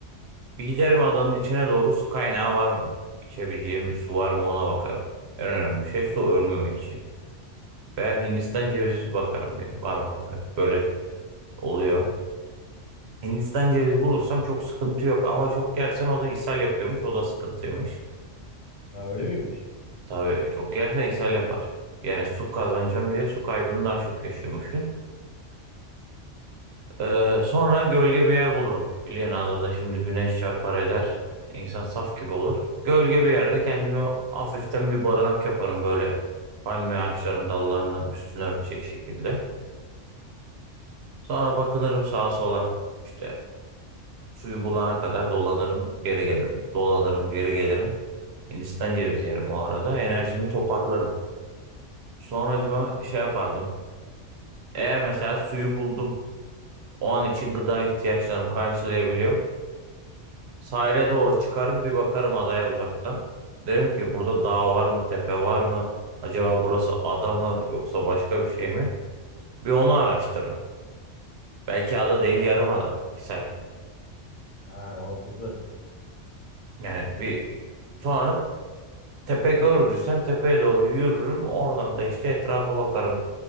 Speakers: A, on the right (about 65°); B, on the left (about 75°).
A: Bir giderim adanın içine doğru su kaynağı var mı? İçebileceğim bir su var mı ona bakarım. En önemli şey su ölmemek için. Veya Hindistan cevizi bakarım bir. Var mı? Böyle oluyor. Hindistan cevizi bulursam çok sıkıntı yok ama çok yersen o da ishal yapıyormuş. O da sıkıntıymış.
B: Ha öyle miymiş?
A: Tabii çok yersen ishal yapar. Yani su kazanacağım diye su kaybını daha çok yaşıyormuşsun. Ee, sonra gölge bir yer bulurum. Biliyorsun adada şimdi güneş çarpar eder. İnsan saf gibi olur. Gölge bir yerde kendime hafiften bir barınak yaparım böyle palmiye ağaçlarının dallarından üstünü örtecek şekilde. Sonra bakınırım sağa sola. İşte suyu bulana kadar dolanırım, geri gelirim. Dolanırım, geri gelirim. Hindistan cevizi yerim o arada. Enerjimi toparlarım. Sonracıma şey yapardım. Eğer mesela suyu buldum. O an için gıda ihtiyaçlarımı karşılayabiliyorum. Sahile doğru çıkarım bir bakarım adaya uzaktan. Derim ki burada dağ var mı, tepe var mı? Acaba burası ada mı yoksa başka bir şey mi? Bir onu araştırırım. Belki ada değil yarım ada. Misal.
B: Ha, mantıklı.
A: Yani bir sonra tepe gördüysem tepeye doğru yürürüm. Oradan da işte etrafa bakarım.